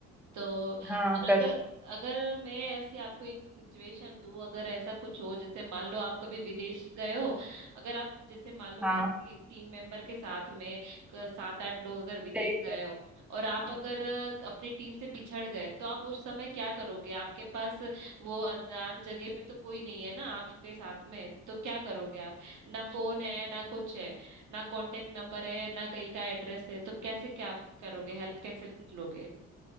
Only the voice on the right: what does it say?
तो और
अगर
अगर मैं ऐसी आपको एक सिचुएशन दूं अगर ऐसा कुछ हो जैसे मान लो आप कभी विदेश गए हो अगर आप जैसे मान लो
किसी टीम मेंबर के साथ में क- सात आठ लोग अगर विदेश
गए हो और आप अगर अ, अपनी टीम से पिछड़ गए तो आप उस समय क्या करोगे आपके पास वो अनजान जगह पे तो कोई नहीं है ना आपके साथ में तो क्या करोगे आप ना फोन है ना कुछ है ना कांटेक्ट नंबर है ना कहीं का एड्रेस है तो कैसे क्या आप करोगे हेल्प कैसे लोगे